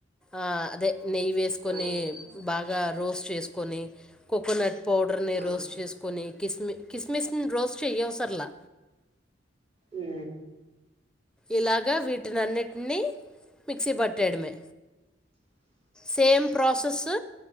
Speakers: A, in the centre; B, on the right.
A: ఆ అదే నెయ్యి వేసుకొని
B: ఉమ్
A: బాగా రోస్ట్ చేసుకో కొన్ని కోకోనట్ పౌడర్ని
B: ఆ
A: రోస్ చేసుకొని కిస్మస్ కిస్మిస్ ని రోస్ట్ చెయ్యవుసరలా
B: ఆ
A: ఇలాగ వీటిని అన్నిటిని మిక్సీ పట్టేయడమే సేమ్ ప్రాసెస్స్